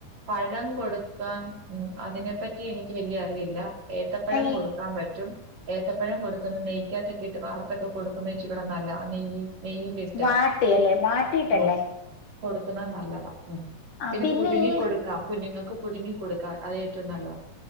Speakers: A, on the right; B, on the left.
A: പഴം കൊട്ക്കാം. ഉം. അതിനെപ്പറ്റി എനിക്ക് വല്ല്യ അറിവില്ലാ. ഏത്തപ്പഴം
B: ഈ
A: കൊടുക്കാൻ പറ്റും ഏത്തപ്പഴം കൊടുക്കുന്നത് നെയ്യ് ഏത്തക്ക ഇട്ട് വാർത്തൊക്കെ കൊടുക്കുന്ന ഇച്ചിരൂടെ നല്ലതാ നെയ്യ് നെയ്യിലിട്ട്
B: വാട്ടിയല്ലേ വാട്ടീട്ടല്ലേ?
A: ആ കൊടുക്കുന്നത് നല്ലതാ ഉം
B: ആ
A: പിന്നെ പുഴുങ്ങി
B: ഈ
A: കൊടുക്കാം കുഞ്ഞുങ്ങൾക്ക് പുഴുങ്ങി കൊടുക്കാം അത് ഏറ്റവും നല്ലോം.